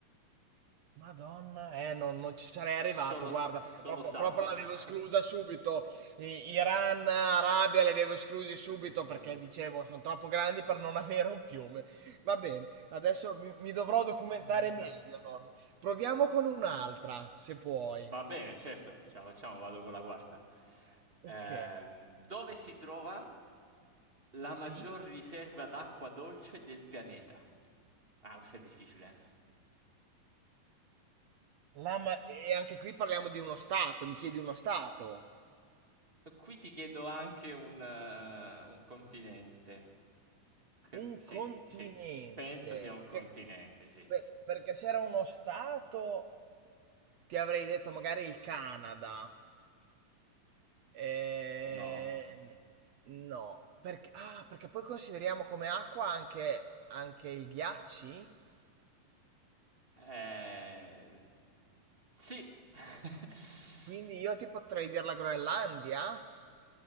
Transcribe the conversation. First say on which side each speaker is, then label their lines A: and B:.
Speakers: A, on the right; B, on the right.
A: Madonna, eh, non, non ci sarei arrivato,
B: solo,
A: guarda,
B: solo
A: perché proprio,
B: sabbia.
A: proprio l'avevo
B: <laughs>
A: esclusa subito. I- Iran, Arabia, li avevo esclusi subito
B: Sì, sì, non
A: perché
B: vedo
A: dicevo,
B: perché.
A: sono troppo grandi per non <laughs> avere un fiume. Va bene, adesso mi, mi dovrò documentare
B: Veramente.
A: meglio, allora. Proviamo con un'altra, se puoi.
B: Va bene, certo, ce la facciamo, vado con la quarta.
A: Ok,
B: Ehm, dove si trova la
A: sì.
B: maggior riserva d'acqua dolce del pianeta? Ah, questo è difficile. eh.
A: La ma- e anche qui parliamo di uno stato, mi chiedi uno stato.
B: Qui ti chiedo anche un, eh, un continente. Cre-
A: Un
B: sì,
A: continente.
B: sì, penso sia un continente,
A: Perché,
B: sì.
A: per- perché se era uno stato... Ti avrei detto magari il Canada. Eh,
B: No.
A: no, perché, ah, perché poi consideriamo come acqua anche, anche il ghiacci?
B: Eh, sì. <laughs>
A: Quindi io ti potrei dire la Groenlandia?